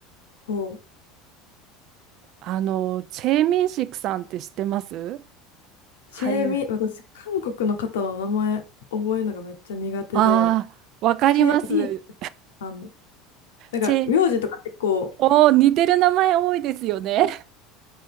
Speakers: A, on the left; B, on the right.
A: こ
B: あの、チェ・ミンシクさんって知ってます
A: う、
B: 俳優。
A: チェミ、私、韓国の方の名前覚えるのがめっちゃ苦手で、
B: ああ、わかります。
A: チェミさん、なんか、
B: チェ、
A: 名字とか結構、
B: おー、似てる名前多いですよね。